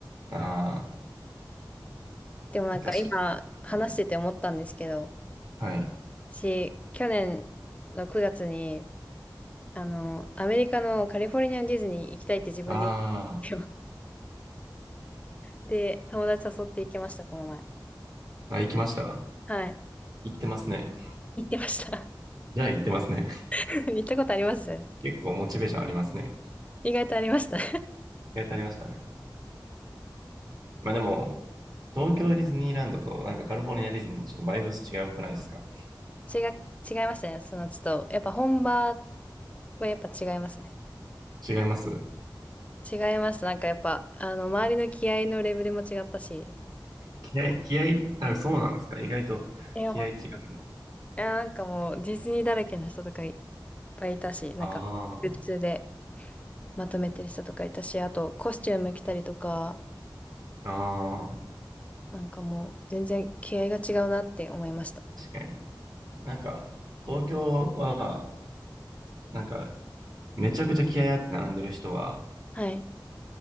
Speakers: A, on the right (about 55°); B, on the left (about 15°).
A: あ
B: でもなんか今話してて思ったんですけど、
A: あ、確かに。はい。
B: 私、去年の9月にあの、アメリカのカリフォルニアのディズニー行きたいって自分で言ったんですよ。
A: あ
B: で、友達誘って行きました、この前。
A: ーあ、行きました
B: はい。
A: 行ってますね。
B: 行ってました。
A: じゃあ行ってますね。
B: <laughs> 行ったことあります
A: <laughs> 結構モチベーションありますね。
B: 意外とありました。
A: やってありましたね。まあでも、東京ディズニーランドとなんかカリフォルニアディズニーちょっとバイブス違うくないですか
B: 違う、違いましたね。その、ちょっと、やっぱ本場はやっぱ違いますね。
A: 違います
B: 違いました。なんかやっぱ、あの、周りの気合のレベルも違ったし。
A: 気合い、気合い、あそうなんですか意外と気合い違う。
B: いや、本当に。いや、なんかもう、ディズニーだらけの人とかいっぱいいたし、なんか、
A: あ
B: グッズでまとめてる人とかいたし、あと、コスチューム着たりとか、
A: あ、ああ。
B: なんかもう全然気合が違うなって思いました。
A: 確かに。なんか、東京は、なんか、めちゃくちゃ気合いあって並んでる人は、
B: はい。